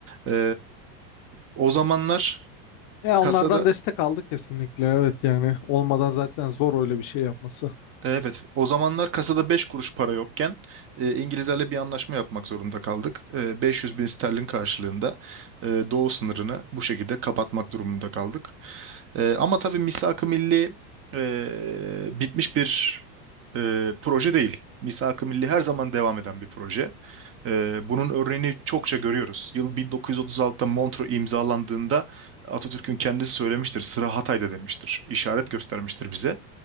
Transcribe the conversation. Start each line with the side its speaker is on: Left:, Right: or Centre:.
Right: Eee, o zamanlar
Left: Ya
Right: kasada
Left: onlardan destek aldık kesinlikle. Evet yani olmadan zaten zor öyle bir şey yapması.
Right: Evet, o zamanlar kasada 5 kuruş para yokken e, İngilizlerle bir anlaşma yapmak zorunda kaldık. E, 500 bin sterlin karşılığında e, doğu sınırını bu şekilde kapatmak durumunda kaldık. E, ama tabii Misak-ı Milli e, bitmiş bir e, proje değil. Misak-ı Milli her zaman devam eden bir proje. E, bunun örneğini çokça görüyoruz. Yıl 1936'da Montreux imzalandığında Atatürk'ün kendisi söylemiştir, sıra Hatay'da demiştir, işaret göstermiştir bize.